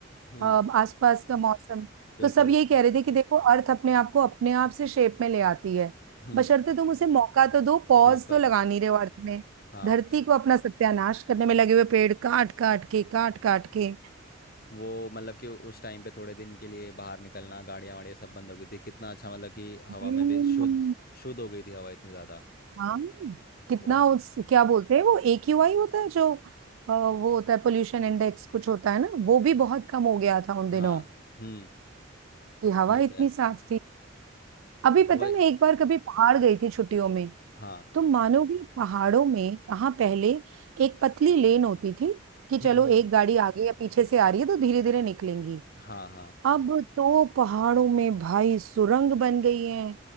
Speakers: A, on the left (about 45°); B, on the right (about 80°).
A: हम्म
B: अ, आसपास का मौसम
A: बिल्कुल
B: तो सब यही कह रहे थे कि देखो अर्थ अपने आप को अपने आप से शेप में ले आती है
A: हम्म
B: बशर्ते तुम उसे मौका तो दो पॉज
A: मौका
B: तो लगा
A: था
B: नहीं रहे हो अर्थ में
A: हाँ
B: धरती को अपना सत्यानाश करने में लगे हुए पेड़ काट काट के काट काट के
A: वो मतलब कि उस टाइम पे थोड़े दिन के लिए बाहर निकलना गाड़ियां वाड़ियाँ सब बंद हो गई थी कितना अच्छा मतलब कि हवा
B: हम्म
A: में भी शुद्ध शुद्ध हो गई थी हवा इतनी ज्यादा
B: हाँ कितना
A: बहुत
B: उस क्या बोलते हैं वो एक्यूआई होता है जो अ, वो होता है पोल्यूशन इंडेक्स कुछ होता है ना वो भी बहुत कम हो गया था उन
A: हाँ
B: दिनों
A: हम्म
B: कि हवा
A: ये तो
B: इतनी
A: है
B: साफ थी अभी पता
A: वो
B: है मैं एक बार कभी पहाड़ गई थी छुट्टियों में
A: हाँ
B: तुम मानोगे पहाड़ों में कहाँ पहले एक पतली लेन होती थी कि चलो
A: हम्म हम्म
B: एक गाड़ी आगे या पीछे से आ रही है तो धीरे धीरे निकलेंगी
A: हाँ हाँ
B: अब तो पहाड़ों में भाई सुरंग बन गई है